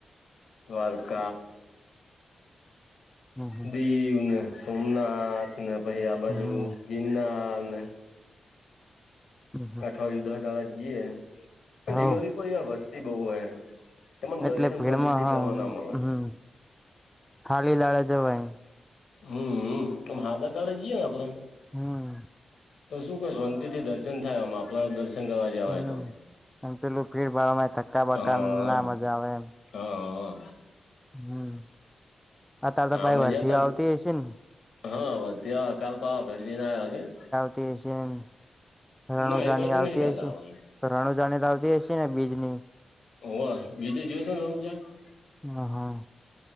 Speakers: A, on the left; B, in the centre.
A: દ્વારક,
B: હમ
A: દીવને સોમનાથ ને પછી આ
B: હમ
A: બાજુ ગિનારને
B: હમ
A: અઠવાડિયું દસ દડા જઈએે પણ
B: હવ
A: દિવાળી ઉપર વસ્તી બહુ હોય. તને દર્શન
B: એટલે ભીડમાં
A: શાંતીથી
B: હા
A: કરવા ના મલે.
B: હમ ખાલી લાવે છે ભાઈ.
A: હમ‌, ‌ હાદા દાડે જઈએ ને આપણે.
B: હમ.
A: તો શું શાંતીથી દર્શન થાય એમ આપલા દર્શન કરવા જયા
B: હમ
A: હોય તો.
B: એમ પેલું ભીડ ભાડ માં થક્કાબકા
A: હા
B: ના મજા આવે એમ.
A: હા.
B: હમ અત્યારે તો
A: આમે
B: પાઈ ભરતીઓ
A: જયા
B: આવતી હશે ને
A: હ ત્યાં કાલ પાવગઢ જયને આયો કેમ.
B: <unintelligible> રાણુજની
A: ના એ બાજુ
B: આવતી
A: નહી જતા
B: હછે.
A: હવે
B: તો રણુ જાણી તો આવતી હસે ને બીજ ની.
A: ઓ બીજે જોયો? <unintelligible>
B: હ હા.